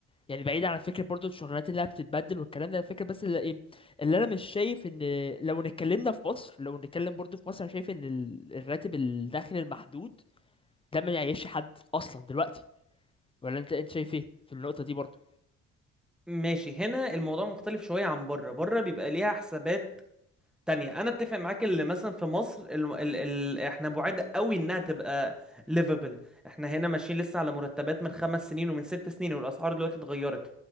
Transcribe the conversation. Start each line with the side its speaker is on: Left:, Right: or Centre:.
Left: يعني بعيد عن فكرة برضو الشغلانات اللي بتتبدل والكلام ده الفكرة بس اللي ايه اللي انا مش شايف ان لو اتكلمنا في مصر لو نتكلم برضو في مصر انا شايف ان ال- الراتب الداخل المحدود ده ما يعيش حد اصلا دلوقتي ولا انت انت شايف ايه في النقطة دي برضو
Centre: ماشي هنا الموضوع مختلف شوية عن بره بره بيبقى ليها حسابات تانية انا اتفق معاك اللي مثلا في مصر ال... ال... ال... احنا بعاد قوي انها تبقى ليفبل احنا هنا ماشيين لسه على مرتبات من خمس سنين ومن ست سنين والاسعار دلوقتي اتغيرت